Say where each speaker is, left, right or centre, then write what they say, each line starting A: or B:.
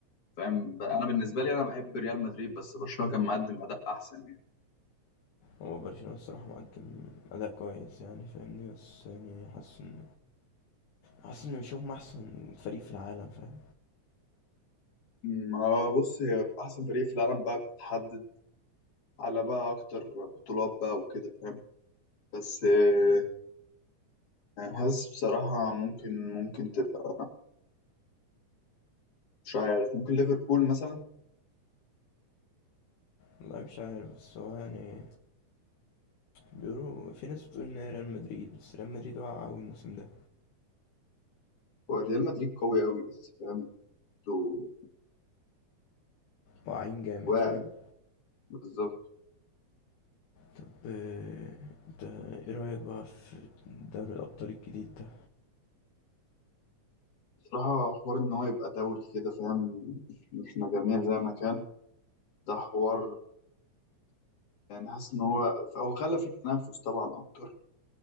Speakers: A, on the left; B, on the left.
A: فاهم ب- انا بالنسبه لي انا بحب ريال مدريد بس برشلونه كان مقدم اداء احسن يعني
B: هو برشلونة الصراحة مقدم أداء كويس يعني فاهمني بس يعني حاسس إن حاسس إن مش هم أحسن فريق في العالم فاهم
A: ما هو بص هي احسن فريق في العالم بقى بتحدد على بقى اكتر بطولات بقى وكده فاهم بس آه، انا حاسس بصراحة ممكن ممكن تبقى مش عارف ممكن ليفربول مثلا
B: والله مش عارف بس هو يعني بيقولوا في ناس بتقول إن هي ريال مدريد بس ريال مدريد واقع أوي الموسم ده
A: هو ريال مدريد قوي قوي بس فاهم انتوا
B: واقعين جامد
A: واعي
B: فاهم
A: بالظبط
B: طب آه، انت ايه رأيك بقى في دوري الأبطال الجديد ده؟
A: بصراحة حوار إن هو يبقى دوري كده فاهم إحنا جميع زي ما كان ده حوار يعني حاسس إن هو هو خلى فيه تنافس طبعا أكتر